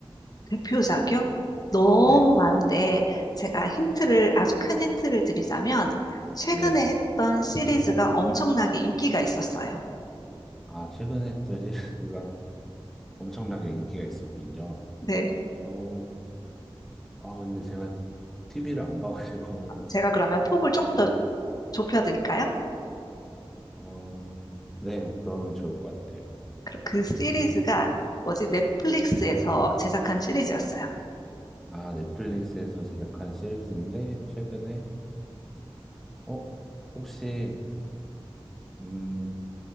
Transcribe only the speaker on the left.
대표작이요? 너무
많은데 제가 힌트를 아주 큰 힌트를 드리자면 최근에
했던 시리즈가 엄청나게 인기가 있었어요.
네,
제가 그러면 폭을 조금
더 좁혀 드릴까요?
그, 그 시리즈가 뭐지? 넷플릭스에서 제작한 시리즈였어요.